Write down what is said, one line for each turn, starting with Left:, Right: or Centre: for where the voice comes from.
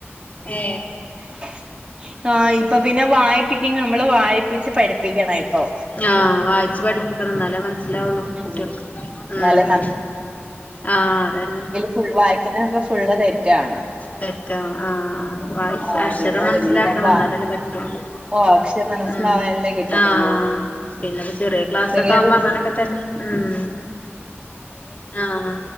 Left: ഏഹ്
Right: !!!! ആ ഇപ്പൊ പിന്നെ വായിപ്പിക്കും നമ്മള് വായിപ്പിച്ച് പഠിപ്പിക്കണ ഇപ്പൊ
Left: ആഹ് വായിച്ച് പഠപ്പിക്കണം എന്നലെ മനസ്സിലാവുള്ളു കുട്ടികൾക്ക്
Right: ഉം എന്നാലേ
Left: ആഹ് ആഹ് അതന്നെ
Right: ഫുള്ള് വായിക്കുന്നത് ഫുൾ തെറ്റാണ്
Left: തെറ്റോ ആഹ് ആ വായിച്
Right: ആഹ്
Left: അക്ഷരം
Right: പിന്നെ
Left: മനസ്സിലാക്കണം
Right: ഒരുവിധം വാ
Left: എന്നാലല്ലേ പറ്റുള്ളൂ
Right: ഓ അക്ഷരം മനസ്സിലാവാനല്ലേ
Left: ഉം
Right: കിട്ടത്തുള്ളൂ
Left: ആഹ് പിന്നെപ്പൊ ചെറിയ ക്ലാസൊക്കെ
Right: വേറെ
Left: ആവുമ്പോ അങ്ങനെ ങ്ങനത്തന്നെ ഉം ആഹ്